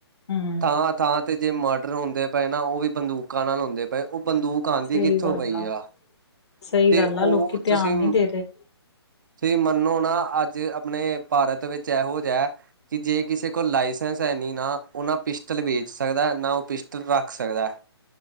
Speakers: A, on the left; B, on the right.
A: ਹਮ
B: ਥਾਂ-ਥਾਂ ਤੇ ਤੇ ਮਰਡਰ ਹੁੰਦੇ ਪਏ ਨਾ ਉਹ ਵੀ ਬੰਦੂਕਾਂ ਨਾਲ ਹੁੰਦੇ ਪਏ ਉਹ ਬੰਦੂਕ‌ ਕਾਂਦੀ
A: ਸਹੀ
B: ਕਿੱਥੋਂ
A: ਗੱਲ
B: ਪਈ ਆ,
A: ਸਹੀ
B: ਤੇ
A: ਗੱਲ
B: ਉਹ
A: ਆ ਲੋਕੀ ਧਿਆਨ
B: ਤੁਸੀਂ
A: ਨਹੀਂ ਦੇ ਰਹੇ
B: ਤੁਹੀ ਮੰਨੋ ਨਾ ਅੱਜ ਅਪਨੇ ਭਾਰਤ ਵਿੱਚ ਇਹੋ ਜਿਹ ਕਿ ਜੇ ਕਿਸੇ ਕੋਲ ਲਾਇਸੈਂਸ ਹੈ ਨਹੀਂ ਨਾ ਉਹ ਨਾ ਪਿਸਟਲ ਵੇਚ ਸਕਦਾ ਨਾ ਉਹ ਪਿਸਟਲ ਰੱਖ ਸਕਦਾ।